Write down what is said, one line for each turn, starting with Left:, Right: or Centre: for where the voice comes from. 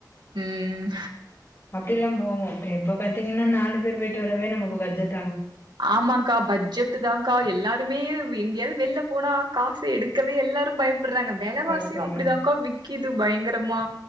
Right: ம்
Left: அப்படிலா போவோ இப்ப பாத்தீங்கன்னா நாலு பேரு போய்ட்டு வரவே நமக்கு பட்ஜட்
Right: ஆமாக்கா பட்ஜெட்டு தாங்கா எல்லாருமே வெ எங்கியா வெள்ல போனா காசு எடுக்கவே எல்லாரு பயப் பட்றாங்க வேலவாசியு
Left: பயப்பட்றா
Right: அப்பிடிதாங்க்கா விக்குது பயங்கரமா